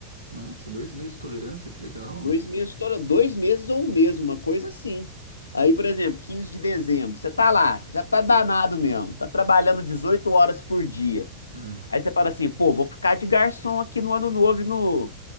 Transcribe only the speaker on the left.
Dois meses, toda, dois meses ou um mês, uma coisa assim. Aí, por exemplo, 15 de dezembro, você tá lá, já tá danado mesmo, tá trabalhando 18 horas por dia.
Aí você fala assim, pô, vou ficar de garçom aqui no Ano Novo e no,